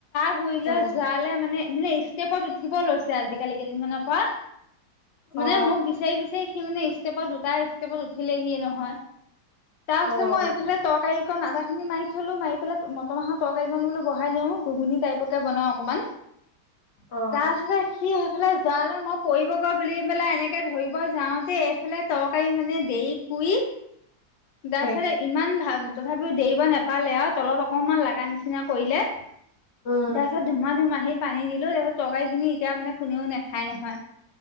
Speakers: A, on the left; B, on the left.
A: ফুৰি লৈ
B: অ
A: যালে মানে মানে ষ্টেপত উঠিব লৈছে আজ কালি কেইদিন মানৰ পৰা। মানে
B: অ
A: মোক বিচাৰি বিচাৰি সি মানে ষ্টেপত দুটা ষ্টেপত উঠিলেহিয়ে নহয়। তাৰ পিছত
B: অ অ
A: মই এফালে তৰকাৰী খন আদাখিনি মাৰি থলো মাৰি পেলাই মটৰ মাহৰ তৰকাৰী খন বহাই দিওঁ ঘুগুনী টাইপত পত বনাও অকমান
B: অ
A: তাৰপিছত সি সেইফালে যোৱালৈ মই পৰিবগৈ বুলি পেলাই এনেকে ধৰিব যাওঁতে এইফালে তৰকাৰী মানে দেৰি পুৰি তাৰপিছতে
B: শেষ
A: ইমান ভাল তথাপিও দেৰিব নাপালে আৰু তলত অকমান লগা নিচিনা কৰিলে। তাৰ
B: উম
A: পিছত ধুমা ধুম আহি পানী দিলো তাৰ পিছত তৰকাৰী খিনি এতিয়া মানে কোনেও নাখাই নহয়।